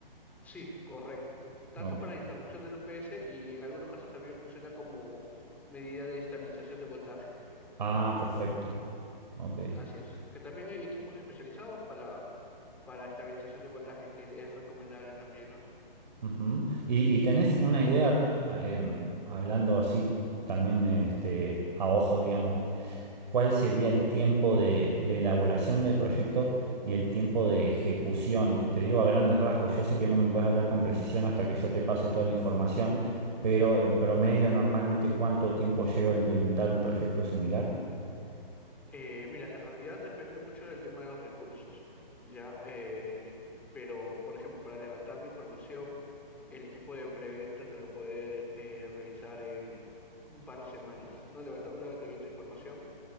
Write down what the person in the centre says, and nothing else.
Sí, correcto. Tanto
para interrupción del UPS y en algunos casos también funciona como medida de estabilización de voltaje.
Así es. Aunque también hay equipos especializados para, para estabilización de voltaje, que es recomendable también, ¿no?
Eh, mira, en realidad depende mucho del tema de los recursos, ya, eh, pero por ejemplo, para levantar la información, el equipo de preventa te lo puede eh, realizar en un par de semanas, ¿no? Levanta, un levantamiento de información